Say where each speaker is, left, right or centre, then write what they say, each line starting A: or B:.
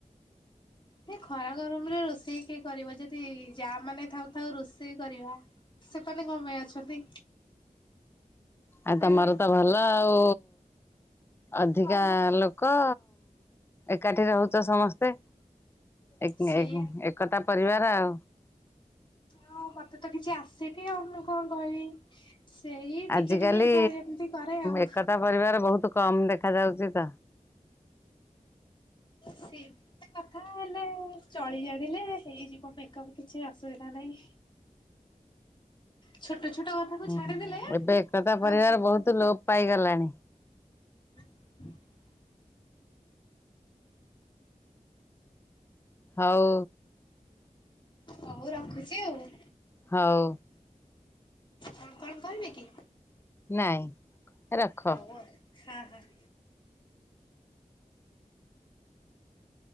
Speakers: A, on the left; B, on the left.
A: ଏ ଖରା ଗର ରୋଷେଇ କିଏ କରିବ ଯଦି ଯା ମାନେ ଥାଉ ଥାଉ ରୋଷେଇ କରିବା। ସେପ କଣ ପାଇଁ ଅଛନ୍ତି।
B: ଆଉ
A: ନା
B: ତମର
A: କଣ
B: ତ ଭଲ ଆଉ ଅଧିକା
A: ଆଉ ମୁଁ
B: ଲୋକ ଏକାଠି ରହୁଛ ସମସ୍ତେ ଏକ
A: ସେଇଆ
B: ଏ ଏକତା ପରିବାର ଆଉ।
A: ହଁ ମତେ ତ କିଛି ଆସନି ଆଉ କଣ କହିବି? ସେଇ ଟିକେ
B: ଆଜିକାଲି
A: ଟିକେ ଯାହା ଯେମିତି କରେ ଆଉ।
B: ଏକତା ପରିବାର ବହୁତ କମ ଦେଖା ଯାଉଛି ତ।
A: ସେ କଥା ହେଲେ ଚଳି ଜାଣିଲେ ହେଇଯିବ ମେକଅପ କିଛି ଅସୁବିଧା ନାଇ। ଛୋଟ ଛୋଟ କଥାକୁ
B: ହୁଁ
A: ଛାଡିଦେଲେ
B: ଏବେ ଏକତା ପରିବାର
A: ଆଉ ସବୁ
B: ବହୁତ ଲୋପ ପାଇଗଲାଣି
A: <inaudible>
B: ହଉ
A: ହଉ ରଖୁଛି ଆଉ।
B: ହଉ
A: କଣ କହିବେ କି?
B: ନାଇଁ ରଖ।
A: ହଉ ଆଉ ହଁ ହଁ।